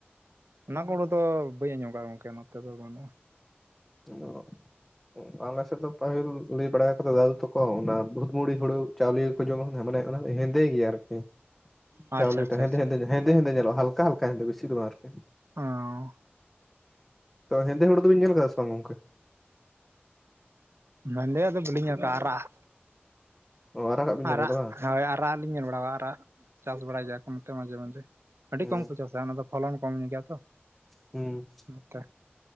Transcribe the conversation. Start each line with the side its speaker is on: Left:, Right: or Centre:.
Right: ᱚᱱᱟ ᱠᱚᱩᱲᱩ ᱫᱚ ᱵᱟᱹᱧ ᱟᱸᱡᱚᱢ ᱠᱟᱜ-ᱟ ᱜᱚᱝᱠᱮ ᱱᱚᱛᱮ ᱫᱚ ᱵᱟᱹᱱᱩᱜ-ᱟ᱾
Centre: <unintelligible> ᱟᱞ ᱥᱮᱫ ᱫᱚ ᱯᱟᱹᱦᱤᱞ ᱞᱟᱹᱭ ᱵᱟᱲᱟ ᱠᱟᱫᱟ ᱫᱟᱩ ᱛᱟᱠᱚ ᱦᱚ ᱚᱱᱟ ᱵᱷᱩᱛᱢᱩᱲᱤ ᱦᱩᱲᱩ ᱪᱟᱣᱞᱮ ᱜᱮᱠᱚ ᱡᱚᱢ ᱠᱟᱱ ᱛᱟᱦᱮᱸ ᱢᱟᱱᱮ ᱦᱮᱸᱫᱮ ᱜᱮᱭᱟ ᱟᱨᱠᱤ
Right: ᱟᱪᱪᱷᱟ
Centre: ᱪᱟᱣᱞᱮᱴᱟ
Right: ᱟᱪᱪᱷᱟ ᱟᱪᱪᱷᱟ
Centre: ᱦᱮᱸᱫᱮ ᱦᱮᱸᱫᱮ ᱣᱮᱞᱚ ᱦᱟᱞ ᱠᱟ ᱦᱟᱞᱠᱟ ᱜᱮ ᱵᱤᱥᱤ ᱫᱚ ᱵᱟ ᱟᱨᱠᱤ᱾
Right: ᱚᱸ
Centre: ᱛᱚ ᱦᱮᱸᱫᱮ ᱦᱚᱲᱩ ᱫᱩᱵᱤᱱ ᱧᱮᱞ ᱠᱟᱫᱟ ᱥᱮ ᱵᱟᱝ ᱜᱚᱢᱠᱮ?
Right: ᱵᱟᱸᱫᱮ ᱭᱟᱜ ᱫᱚ ᱵᱟᱹᱞᱤᱧ ᱧᱮᱞ ᱠᱟᱜ-ᱟ ᱟᱨᱟᱜ
Centre: ᱚ ᱟᱨᱟᱜᱟᱜ ᱵᱤᱱ
Right: ᱟᱜ
Centre: ᱧᱮᱞ
Right: ᱟᱨᱟᱜ
Centre: ᱠᱟᱫᱟ
Right: ᱟᱜ ᱦᱳᱭ ᱟᱨᱟ ᱨᱟᱜ ᱞᱤᱧ ᱧᱮᱞ ᱵᱟᱲᱟᱣᱟ ᱟᱨᱟᱜ ᱪᱟᱥ ᱵᱟᱲᱟᱭ ᱜᱮᱭᱟ ᱠᱚ ᱱᱚᱛᱮ ᱢᱟᱡᱷᱮ ᱢᱟᱡᱷᱮ᱾
Centre: ᱵᱟᱝ?
Right: ᱟᱹᱰᱤ ᱠᱚᱢ ᱠᱚ ᱪᱟᱥᱟ ᱚᱱᱟ ᱫᱚ ᱯᱷᱚᱞᱚᱱ ᱠᱚᱢ ᱧᱚᱜ ᱜᱮᱭᱟ ᱛᱚ
Centre: ᱦᱩᱸ
Right: ᱱᱟᱛᱮ᱾